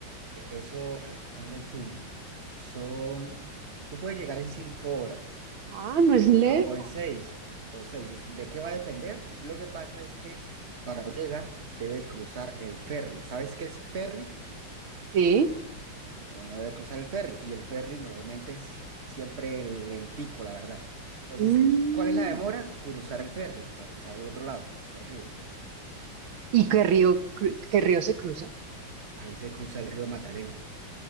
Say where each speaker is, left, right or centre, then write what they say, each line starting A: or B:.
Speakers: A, on the right; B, on the right.
A: e-, Eso, a ver, ponle tú. Son, tú puedes llegar en cinco horas,
B: Ah, no es
A: o,
B: lejos.
A: inclu- o en seis, o seis. es que- ¿De qué va a depender? Lo que pasa es que para llegar debe cruzar el ferry. ¿Sabes qué es ferry?
B: Sí.
A: Uno debe cruzar el ferry y el ferry normalmente es siempre lentico, la verdad. Entonces,
B: Mm.
A: ¿cuál es la demora? Cruzar el ferry, para cruzar al otro lado del río.
B: ¿Y qué río, cru- qué río se cruza?
A: Ahí se cruza el río Magdalena.